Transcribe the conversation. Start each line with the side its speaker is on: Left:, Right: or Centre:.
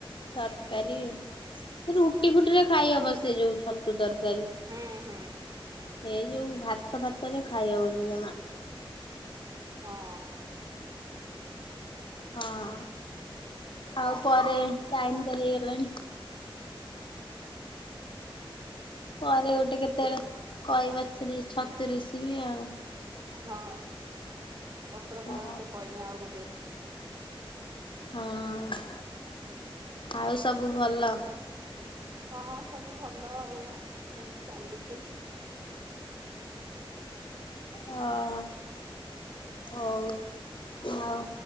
Left: ତରକାରୀ ସେ ରୁଟି ଫୁଟି ରେ ଖାଇହବ ସେ ଯୋଉ ଛତୁ ତରକାରୀ।
Right: ହୁଁ ହୁଁ।
Left: ଏଇ ଯୋଉ ଭାତ ଫାତରେ ଖାଇହବନି ଜମା।
Right: ହଁ।
Left: ହଁ ଆଉ ପରେ ଟାଇମ ତ ହେଇଗଲାଣି। ପରେ ଗୋଟେ କେତେବେଳେ କହିବ ସେ ଛତୁ ରେସିବି ଆଉ।
Right: ହଁ ପତ୍ର
Left: ହଁ
Right: ପୋଡ଼ା ତତେ କହମି ଆଉ ଗୋଟେ।
Left: ହଁ ଆଉ ସବୁ ଭଲ?
Right: ହଁ ସବୁ ଭଲ ଆଉ ଏମତି ଚାଲିଛି।
Left: ହଁ ହଉ ଆଉ